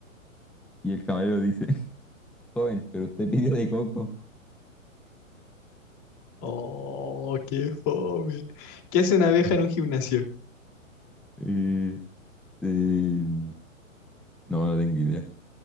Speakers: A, in the centre; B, on the left.
A: Y el camarero dice, <laughs> joven, pero usted pidió de coco.
B: Oh, qué fome. ¿Qué hace una abeja en un gimnasio?
A: Eh, eh, no, no tengo idea.